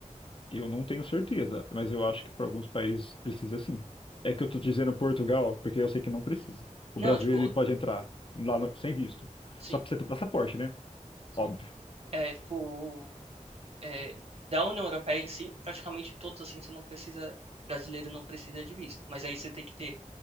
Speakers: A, on the left; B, on the right.
A: Eu não tenho certeza, mas eu acho que para alguns países precisa sim. É que eu tô dizendo Portugal, porque eu sei que não precisa. O
B: Não,
A: brasileiro
B: tipo,
A: ele pode entrar lá no- sem visto.
B: sim,
A: Só precisa ter passaporte, né?
B: sim.
A: Óbvio.
B: É, tipo, é, da União Europeia em si, praticamente todos assim, você não precisa, brasileiro não precisa de visto, mas aí você tem que ter